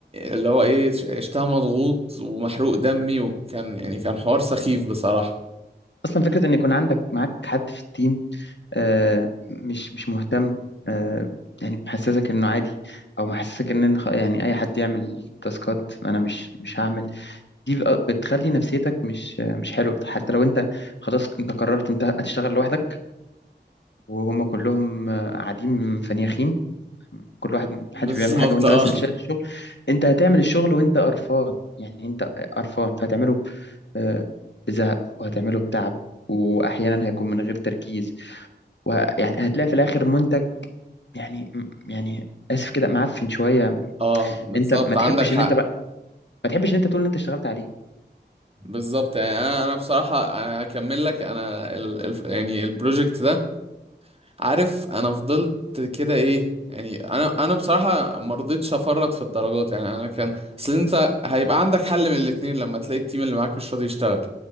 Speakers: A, on the right; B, on the left.
A: اللي هو ايه عشتها مضغوط ومحروق دمي وكان يعني كان حوار سخيف بصراحة
B: اصلا فكره ان يكون عندك معاك حد في التيم آه مش مش مهتم آه يعني محسسك انه عادي او محسسك ان إن خ- يعني اي حد يعمل تاسكات انا مش مش هعمل دي بقى- بتخلي نفسيتك مش آه، مش حلوه حتى لو انت خلاص انت قررت انت هتشتغل لوحدك وهم كلهم آه، قاعدين فنيخين كل واحد
A: بالظبط
B: محدش بيعمل حاجه وانت
A: اه
B: بس اللي شايل الشغل انت هتعمل الشغل وانت قرفان يعني انت قرفان فهتعمله آه، بزهق وهتعمله بتعب واحيانا هيكون من غير تركيز ويعني هتلاقي في الاخر منتج يعني يعني اسف كده معفن شويه
A: <laughs> اه بالظبط
B: انت ما تحبش
A: عندك حق
B: ان انت بقى ما تحبش ان انت تقول ان انت اشتغلت عليه
A: بالظبط يعني انا انا بصراحه انا هكمل لك انا ال ال يعني البروجكت ده عارف انا فضلت كده ايه يعني انا انا بصراحه ما رضيتش افرط في الدرجات يعني انا كان اصل انت هيبقى عندك حل من الاتنين لما تلاقي التيم اللي معاك مش راضي يشتغل